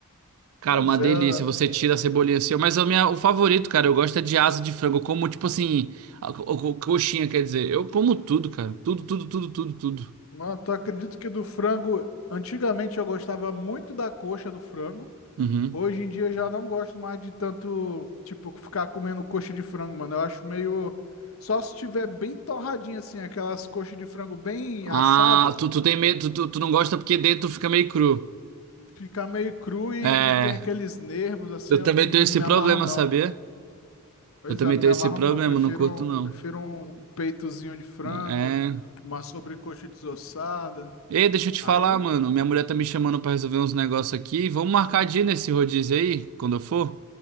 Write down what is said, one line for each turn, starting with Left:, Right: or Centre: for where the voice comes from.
Right: Cara,
Left: Pois
Right: uma delícia.
Left: é,
Right: Você tira a cebolinha assim. Mas a minha, o favorito, cara, eu gosto é de asa de frango. Eu como, tipo assim, a, co- co- coxinha, quer dizer. Eu como tudo, cara. Tudo, tudo, tudo, tudo, tudo.
Left: mano, tu acredita que do frango, antigamente eu gostava muito da coxa do frango.
Right: Uhum.
Left: Hoje em dia eu já não gosto mais de tanto, tipo, ficar comendo coxa de frango, mano. Eu acho meio só se tiver bem torradinha assim, aquelas coxas de frango bem
Right: Ah,
Left: assada,
Right: tu, tu tem medo, tu, tu, tu não gosta porque dentro fica meio cru.
Left: fica meio cru e,
Right: É,
Left: e tem aqueles nervos assim,
Right: eu
Left: eu
Right: também
Left: não
Right: tenho esse
Left: me
Right: problema,
Left: amarro não.
Right: sabia?
Left: Pois
Right: Eu também
Left: é, não
Right: tenho
Left: me amarro
Right: esse problema,
Left: não. Eu Prefiro,
Right: não curto
Left: um-
Right: não.
Left: prefiro um peitozinho de frango,
Right: É.
Left: uma sobrecoxa desossada.
Right: Ei, deixa eu te
Left: Aí
Right: falar,
Left: eu,
Right: mano. Minha mulher tá me chamando pra resolver uns negócios aqui. Vamos marcar dia nesse rodízio aí, quando eu for?